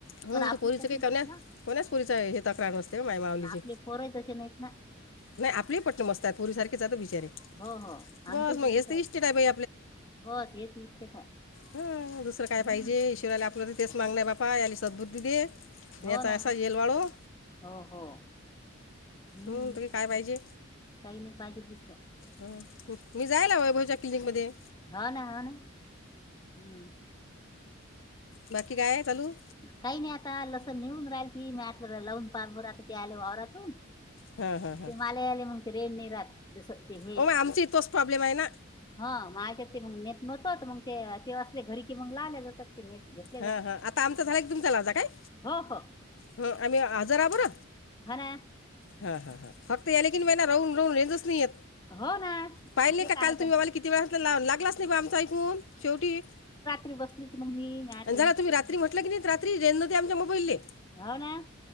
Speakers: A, on the left; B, on the left.
A: होन
B: पण आपले
A: तर पोरीचं
B: कसे
A: काही
B: नाहीत
A: कोण्या
B: ना
A: कोण्यास पोरीच हे तक्रार नसत तेव माय मावलीची
B: ना आपले पोरही तसे नाहीत ना
A: नाही आपले पटन मस्तात पोरी सारखेचात बिचारे
B: हो हो
A: बस
B: आमचाही
A: मग
B: पसून
A: हेच
B: काजे
A: तर इष्टेट आहे बाई
B: बस हेच निश्चच आहे
A: ह दुसरं काय
B: हम्म
A: पाहिजे ईश्राला आपलं तर तेच मागलंय बापा याली सद्बुद्धी दे आणि
B: हो
A: याचा
B: ना
A: असा येल वाळो
B: हो हो हम्म
A: हं, तरी काय पाहिजे
B: काही नाही पाहिजे दिसतो.
A: ह मी जायला वैभवच्या क्लिनिक मध्ये
B: हो ना हो ना हुं,
A: बाकी काय आहे चालू?
B: काही नाही आता लसण निवडून राहिलती मी आ लावून पार आता ते आले वावरातून
A: हं, हं, हं.
B: ते माल आले मग ते रेड नाही राहत जस ते हे
A: ओ मग आमची तोच प्रॉब्लेम आहे ना
B: हा माझ्या ते मग नेत नव्हत मग ते ते असले घरी की मग न्हायले जातात. <unintelligible>
A: हा हा आता आमचां झालं की तुमचा लाव जा काय
B: हो हो
A: ह आम्ही हजर आह ब <inaudible>
B: हर
A: हा हा हा फक्त याले कीन मना राहून राहून रेंजच नाही
B: हो ना
A: पाहिले
B: ते
A: नाही
B: काय
A: काल
B: आता
A: तुम्ही मला किती वेळ ला लागलाच नाही बा आमचा ऐकून शेवटी
B: री बसली. मग मी मी म्हटलं
A: आणि झाला
B: इकडे
A: तुम्ही रात्री म्हटलं की नाही रात्री रेल नव्हती आमच्या मोबाईलले
B: हो ना